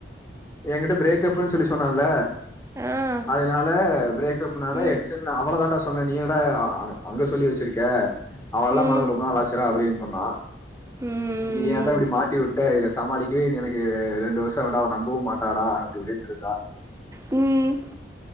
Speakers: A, on the left (about 15°); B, on the right (about 15°).
A: என்கிட்ட பிரேக்கப்புன் சொல்லி சொன்னான்ல
B: ஆ.
A: அதனால பிரேக்கப்புனால
B: ம்
A: எக்ஸ் ன் அவளதான்டா சொன்னே நீ என்னடா அங்க சொல்லி வச்சிருக்க
B: ம்
A: அவளலா மறந்து ரொம்ப நாளாச்சுடா அப்டின் சொன்னா
B: ம் ம்
A: நீ ஏன்டா இப்டி மாட்டி வுட்ட இத சமாளிக்கவே இனி எனக்கு ரெண்டு வர்ஷோ ஆவுன்டா அவ நம்பவு மாட்டாடா அப்டி இப்டின்ட்ருந்தா
B: ம்